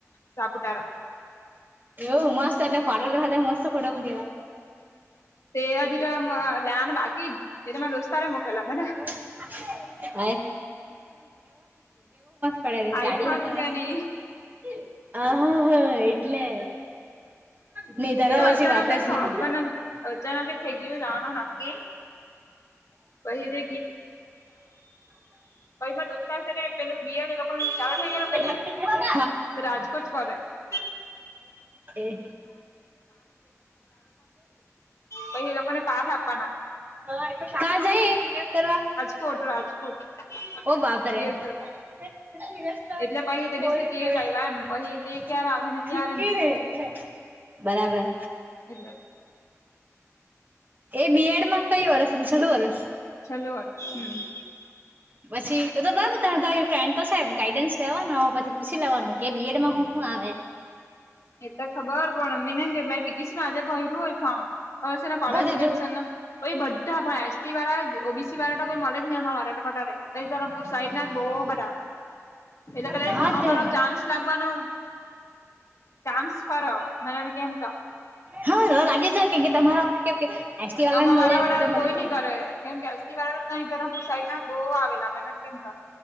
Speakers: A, on the left; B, on the right.
A: સાપુતારા
B: એવ મસ્ત એટલે પાડોલો સાથે મસ્ત ફોટા મૂકેલા
A: <unintelligible>
B: <unintelligible> પડે
A: આઈફોન
B: ગાડી હાથે
A: કે
B: મસ્ત
A: નહી
B: આ હા હા એટલે નહી
A: એ તો
B: પછી
A: અચાનક
B: વાત નહી.
A: જ અચાનક જ થઈ ગયું જવાનું નક્કી પછ તો <unintelligible> દોસ્તા ને પેલું બિયર એ લોકો ન ચાલુ થઈ ગયલું કે
B: <unintelligible>
A: તો રાજકોટ કરે <unintelligible>
B: એ.
A: પછી એ લોકોને પાઠ આપવાના
B: <unintelligible>
A: કોટ રાજકોટ
B: ઓ બાપરે
A: બીએડ
B: <unintelligible>
A: કરવા એટલે પહી તે દિવસે ઘેર જ આવ્યા એમ પહી લે ક્યારે આવે ને ક્યારે ની
B: બરાબર
A: એટલે
B: એ બી એડમાં કયું વર્ષ એમ છેલ્લું વર્ષ?
A: છેલ્લું વર્ષ
B: પછી તો તો <inaudible> ફ્રેન્ડ તો સાહેબ ગાઈડન્સ લેવાનું પછી પૂછી લેવાનું કે બીએડમા હું હું આવે?
A: એ તો ખબર <inaudible> આજે ભયર્યું હોય ફોર્મ
B: ભર
A: કોલે
B: દીધું.
A: સિલેક્શન કોઈ બધા પણ એસ ટી વાળા ઓ બી સી વાળા તો કોઈ મોલેજ નહી અ વાળારે. ધરમપુર સાઈડ ના જ બહુ બધા એટલે
B: હા
A: કદ અમારો
B: તે.
A: ચાન્સ લાગવાનો ચાન્સ ખરો મેં તને કેમ તો
B: હા લાગી જાય કે તમારા કે કે એસટી વાળાને
A: આમાં
B: મળે
A: વારા
B: એમને
A: વાળારે
B: તો મળે
A: કોઈ
B: જ ને.
A: નઈ કરે કેમ કે એસ. ટી વાળા ધરપુર સાઈડ ના બો આવેલા કેમ આ